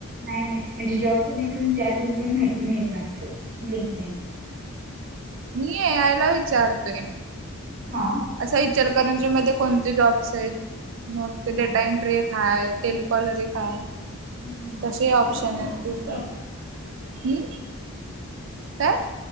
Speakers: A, on the right (about 40°); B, on the right (about 55°).
A: नाय नाय. म्हणजे जॉबच नाही पण त्यातून पण माहिती मिळत अस, लिंकणे.
B: मी ये यायला विचारतोय.
A: हा.
B: असा इचलकरंजी कोणते जॉब्से मग
A: हा
B: ते डेटा एंट्री हाय टेलिकॉलरे एक हाय.
A: हम्म.
B: तसे ऑप्शन
A: आपलं
B: आहेत तिथं हम्म काय